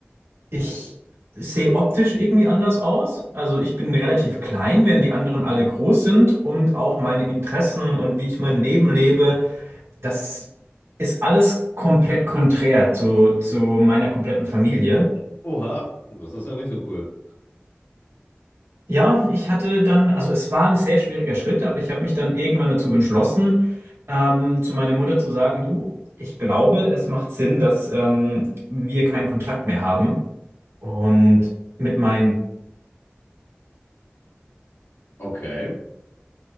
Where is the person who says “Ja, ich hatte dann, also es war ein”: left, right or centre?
Right